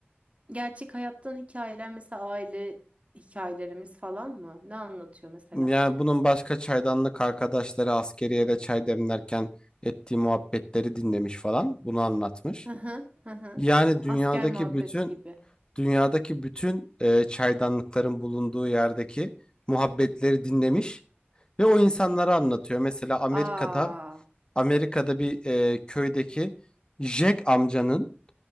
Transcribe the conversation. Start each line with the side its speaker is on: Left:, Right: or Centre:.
Right: Gerçek hayattan hikayeler mesela aile hikayelerimiz falan mı? Ne anlatıyor mesela?
Left: Yani bunun başka çaydanlık arkadaşları askeriyede çay demlerken ettiği muhabbetleri dinlemiş falan, bunu anlatmış.
Right: Hı hı, hı hı.
Left: Yani dünyadaki
Right: Asker muhabbeti
Left: bütün
Right: gibi.
Left: dünyadaki bütün e, çaydanlıkların bulunduğu yerdeki muhabbetleri dinlemiş ve o insanlara anlatıyor. Mesela Amerika'da
Right: Aa.
Left: Amerika'da bir e, köydeki Jack amcanın